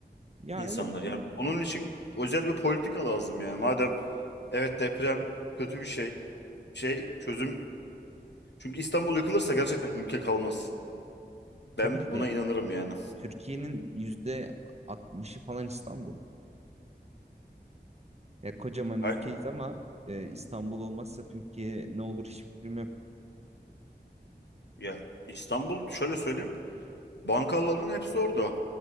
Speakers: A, on the right; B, on the left.
A: Ya
B: insanlar.
A: evet ama
B: Yani bunun için özel bir politika lazım yani. Madem evet deprem kötü bir şey. Şey çözüm. Çünkü İstanbul yıkılırsa gerçekten ülke kalmaz.
A: tabii
B: Ben
A: ki de
B: buna inanırım yani.
A: Türkiye'nin yüzde 60'ı falan İstanbul. Ya kocaman
B: Hay
A: ülkeyiz ama e, İstanbul olmazsa Türkiye ne olur hiç fikrim yok.
B: ya İstanbul şöyle söyleyeyim. Bankaların hepsi orada.